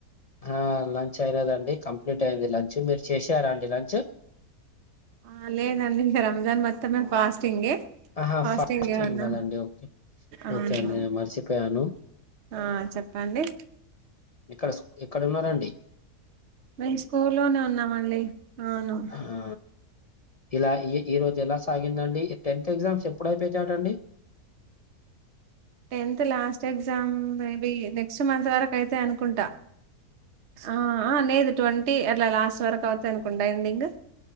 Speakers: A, on the left (about 75°); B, on the right (about 50°).
A: హా ల చేయలేదండి కంప్లీట్ అయింది లంచ్ మీరు చేసారా అండి లంచ్
B: ఆ లేదండి రంజాన్ మొత్తమే ఫాస్టింగే
A: ఆహా
B: ఫాస్టింగే
A: ఫాస్టింగ్
B: ఉన్నాం
A: గదండి ఓకే
B: అవును
A: ఓకే అండి నేను మరిసిపోయాను
B: ఆ చెప్పండి
A: ఇక్కడ ఎక్కడ ఉన్నారండి
B: మేము స్కూలోనే ఉన్నమండి హ అవును
A: హా ఇలా ఈ ఈరోజు ఎలా సాగిండండి టెన్త్ ఎగ్జామ్స్ ఇపోయతంది
B: tenth last exam maybe next month వరకు అయితై అనుకుంటా ఆ ఆ నేదు ట్వంటీ అట్లా లాస్ట్ వరకు అవుతాయ్ అనుకుంటా ఎండింగ్